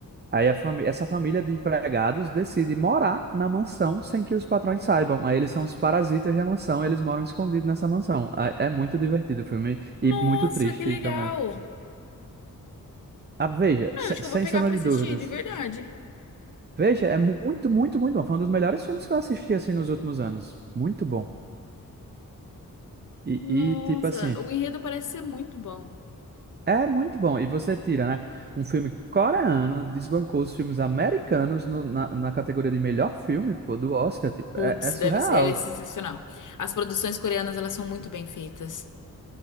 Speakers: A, on the right; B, on the left.
A: Aí a fami- essa família de empregados decide morar na mansão sem que os patrões saibam. Aí eles são os parasitas da mansão, eles moram escondidos nessa mansão. Aí É muito divertido o filme e
B: Nossa,
A: muito triste
B: que legal!
A: também. Ah, veja,
B: Ah,
A: se-
B: eu acho
A: sem
B: que eu vou pegar
A: sombra
B: pra
A: de
B: assistir,
A: dúvidas.
B: de verdade.
A: Veja, é mu- muito, muito, muito bom. Foi um dos melhores filmes que eu assisti, assim, nos últimos anos. Muito bom. E,
B: Nossa,
A: e, tipo assim,
B: o enredo parece ser muito bom.
A: é muito bom. E você tira, né? Um filme coreano desbancou os filmes americanos no- na, na categoria de melhor filme, pô, do Oscar. Tipo,
B: Putz,
A: é, é surreal.
B: deve ser, ele é sensacional. As produções coreanas, elas são muito bem feitas.